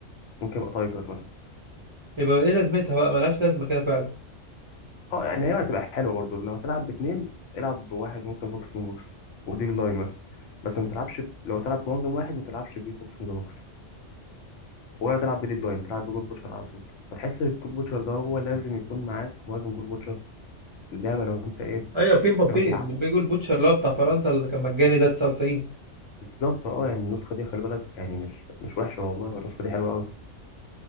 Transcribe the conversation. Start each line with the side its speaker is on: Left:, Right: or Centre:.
Left: ممكن يبقى تايجر مثلا
Right: يبقى ايه لازمتها بقى ملهاش لازمه كده فعلا
Left: اه يعني هي هتبقى حلوه برضو لو هتلعب باتنين العب بواحد ممكن فوكس ان بوكس وديب لاين مثلا بس ما تلعبش ب... لو تلعب بمهاجم واحد ما تلعبش بيه فوكس ان بوكس ولا تلعب بديب لاين تلعب بجول بوتشر على طول فتحس الجول بوتشر ده هو لازم يكون معاك مهاجم جول بوتشر في اللعبه لو انت ايه
Right: ايوه فين مبابي
Left: لو تلعبها
Right: مبابي جول بوتشر اللي هو بتاع فرنسا اللي كان مجاني ده 99
Left: بالظبط اه يعني النسخه دي خلي بالك يعني مش مش وحشه والله النسخه دي حلوه قوي